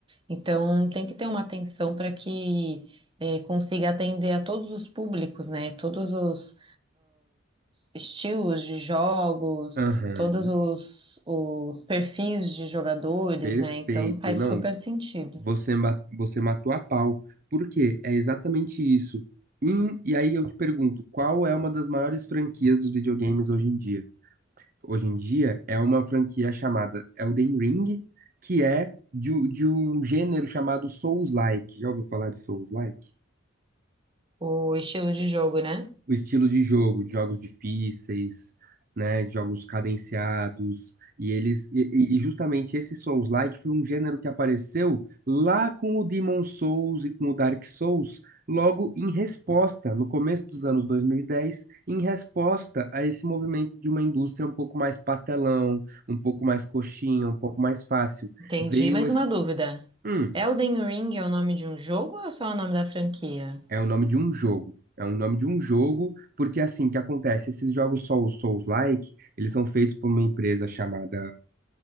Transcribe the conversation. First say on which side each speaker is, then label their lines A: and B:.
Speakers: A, on the right; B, on the right.
A: então tem que ter uma atenção para que eh, consiga atender a todos os públicos, né? Todos os, estilos de jogos,
B: Aham,
A: todos os, os perfis de jogadores,
B: perfeito.
A: né? Então faz
B: Não,
A: super sentido
B: você, ma- você matou a pau. Por quê? É exatamente isso. Em- e aí eu te pergunto, qual é uma das maiores franquias dos videogames hoje em dia? hoje em dia é uma franquia chamada Elden Ring, que é de, de um gênero chamado Souls-like. Já ouviu falar de Souls-like?
A: o estilo de jogo, né?
B: o estilo de jogo, de jogos difíceis, né, de jogos cadenciados, e eles e, e- e justamente esse Souls-like foi um gênero que apareceu lá com o Demon Souls e com o Dark Souls, logo em resposta, no começo dos anos 2010, em resposta a esse movimento de uma indústria um pouco mais pastelão, um pouco mais coxinha, um pouco mais fácil.
A: Entendi.
B: Veio
A: Mais
B: esse
A: uma dúvida.
B: Hum.
A: Elden Ring é o nome de um jogo ou é só o nome da franquia?
B: É o nome de um jogo. É o nome de um jogo, porque assim, o que acontece? Esses jogos Souls, Souls-like, eles são feitos por uma empresa chamada